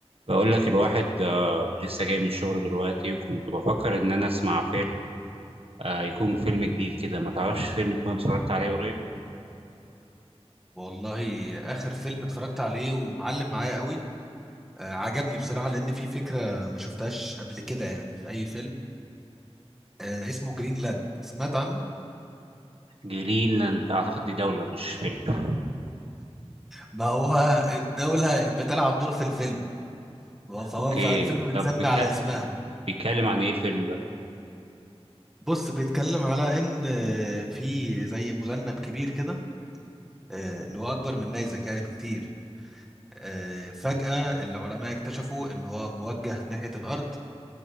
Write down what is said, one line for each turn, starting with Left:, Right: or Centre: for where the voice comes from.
Right: بقول لك الواحد آه، لسه جاي من الشغل دلوقتي وكنت بفكر ان انا اسمع فيلم آه، يكون فيلم جديد كده ما تعرفش فيلم كنت اتفرجت عليه قريب
Centre: والله اخر فيلم اتفرجت عليه ومعلم معايا قوي آه عجبني بصراحه لان في فكره ما شفتهاش قبل كده يعني في اي فيلم آه اسمه جرينلاند سمعت عنه
Right: جليلاند اعتقد دي دولة مش فيلم
Centre: ما هو الدوله بتلعب دور في الفيلم فهو
Right: اوكي
Centre: فالفيلم متسمي
Right: طب بيك-
Centre: على اسمها
Right: بيتكلم عن ايه الفيلم ده
Centre: بص بيتكلم على ان آه، في زي مذنب كبير كده آه، اللي هو اكبر من نيزك يعني بكتير آه، فجأة العلماء اكتشفوا ان هو موجه ناحية الارض